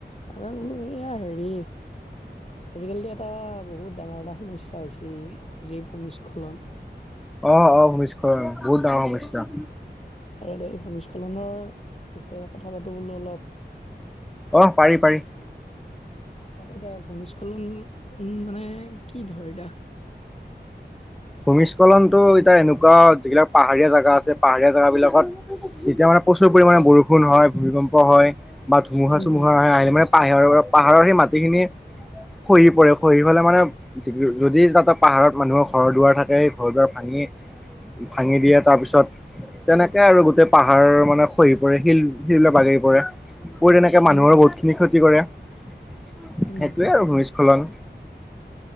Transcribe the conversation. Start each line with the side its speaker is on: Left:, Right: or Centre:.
Left: তাকে বোলো এইয়া হেৰি আজিকালিতো এটা বহুত ডাঙৰ এটা সমস্যা হৈছে জীৱ ভূমিস্খলন
Centre: অ', বহুত ডাঙৰ সমস্যা।
Left: তাকেদৰে ভূমস্খলনৰ বিষয়ে কথা পাতোবুলো অলপ।
Centre: অ', পাৰি, পাৰি
Left: তাক এতিয়া ভূমিস্খলন উ মানে কি ধৰ এতিয়া
Centre: ভূমিস্খলনতো এতিয়া এনেকুৱা যিবিলাক পাহাৰীয়া জেগা আছে পাহাৰীয়া জেগাবিলাকত তেতিয়া মানে প্ৰচুৰ পৰিমাণে বৰষুণ হয় ভূমিকম্প হয় বা ধুমুহা
Left: উম
Centre: চুমুহা
Left: উম
Centre: আহে আহিলে মানে পাহৰ পাহাৰৰ সেই মাটিখিনি খহি পৰে খহি হলে মানে যদি তাতে পাহাৰত মানুহৰ ঘৰ দুৱাৰ থাকে ঘৰ দুৱাৰ ভাঙি, ভাঙি দিয়ে তাৰপিছত তেনেকে আৰু গোটেই পাহাৰ মানে খহি পৰে শিল, শিল বাগৰি পৰে পৰি তেনেকে মানুহৰ
Left: উম উম
Centre: বহুত খিনি ক্ষতি কৰে সেইটোৱে
Left: উম
Centre: আৰু ভূমি খলং